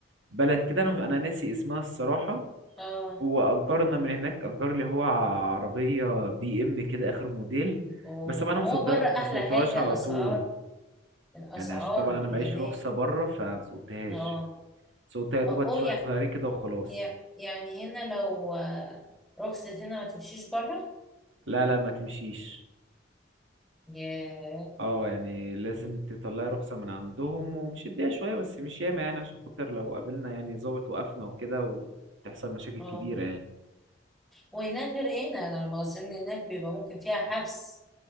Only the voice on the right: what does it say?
بلد كده انا انا ناسي اسمها الصراحه
واجرنا من هناك اجر لي هو عربيه بي ام كده اخر موديل
بس طبعا انا ما
سوقتها-
ما سوقتهاش
على
طول
يعني عشان طبعا انا معيش
رخصه بره فسوقتهاش
سوقتها يا دوبك
شويه صغيرين كده وخلاص
لا لا ما تمشيش
اه يعني لازم تطلعي رخصه من عندهم ومش اديها شويه بس مش ياما يعني عشان خاطر لو قابلنا يعني ظابط وقفنا وكده وتحصل مشاكل
كبيره يعني